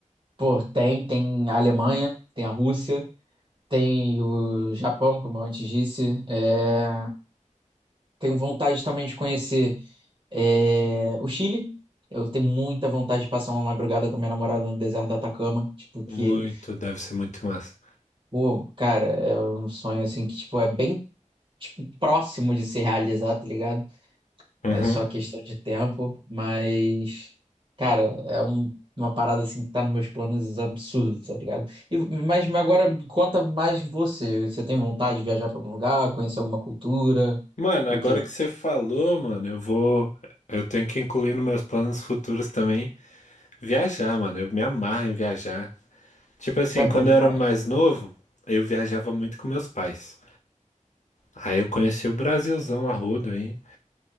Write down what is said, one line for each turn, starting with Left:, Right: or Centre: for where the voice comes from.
Right: Pô, tem, tem a Alemanha, tem a Rússia, tem o Japão, como eu antes disse. É, tenho vontade também de conhecer é, o Chile. Eu tenho muita vontade de passar uma madrugada com a minha namorada no deserto do Atacama. Tipo, que,
Left: Muito, deve ser muito massa.
Right: pô, cara, é um sonho assim que, tipo, é bem tipo, próximo de se realizar, tá ligado?
Left: Uhum.
Right: É só questão de tempo, mas, cara, é um- uma parada assim que tá nos meus planos absurdos, tá ligado? E, mas, mas agora conta mais você. Você tem vontade de viajar pra algum lugar, conhecer alguma cultura?
Left: Mano,
Right: O
Left: agora
Right: quê?
Left: que você falou, mano, eu vou. Eu tenho que incluir nos meus planos futuros também viajar, mano. Eu me amarro em viajar. Tipo assim,
Right: Pô, É bom
Left: quando
Right: demais,
Left: eu era mais novo, eu viajava muito com meus pais. Aí eu conheci o Brasilzão a rodo aí.